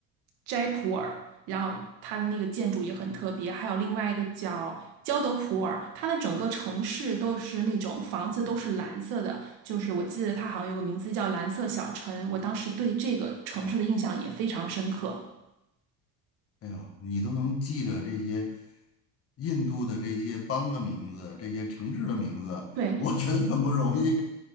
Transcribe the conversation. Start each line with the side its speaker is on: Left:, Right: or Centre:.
Right: 斋普尔，然后它的那个建筑也很特别，还有另外一个叫焦德普尔，它的整个城市都是那种房子都是蓝色的，就是我记得它好像有个名字叫蓝色小城，我当时对这个城市的印象也非常深刻。
Left: 哦，哎呀，你都能记着这些印度的这些邦的名字，这些城市的名字，
Right: 对
Left: 我觉得很不容易。